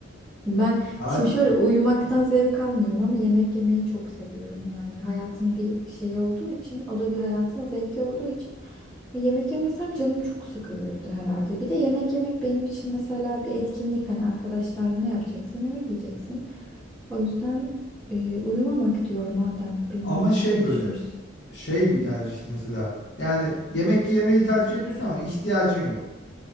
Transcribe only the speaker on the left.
Aç,
ama şey
böyle
şey bir
tercih mesela. Yani yemek yemeyi tercih ediyorsun ama ihtiyacın yok